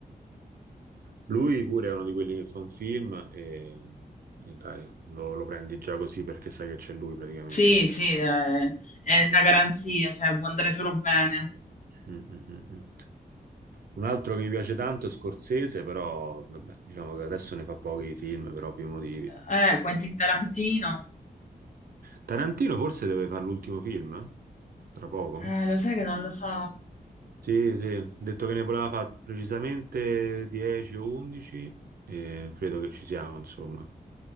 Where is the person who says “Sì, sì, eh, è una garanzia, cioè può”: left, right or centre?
Left